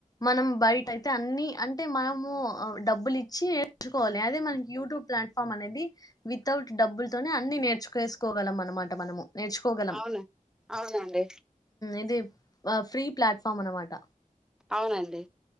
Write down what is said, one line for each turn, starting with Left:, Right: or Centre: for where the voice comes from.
Left: మనం బయట అయితే అన్ని అంటే టే మనము డబ్బులు ఇచ్చి నేర్చుకోవాలి అదే మనకి యూట్యూబ్ ప్లాట్ఫామ్ అనేది వితౌట్ డబ్బులతోనే అన్ని నేర్చుకెసుకోగలం అన్నమాట మనము, నేర్చుకోగలం
Centre: అవును అవునండి
Left: ఇది ఫ్రీ ప్లాట్ఫార్మ్ అనమాట
Centre: అవునండి